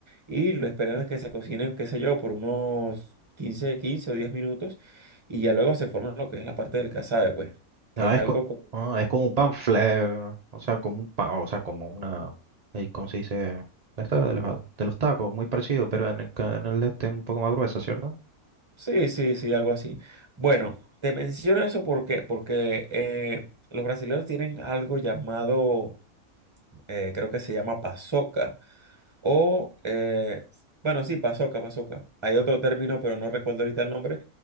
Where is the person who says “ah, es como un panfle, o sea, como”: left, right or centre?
Right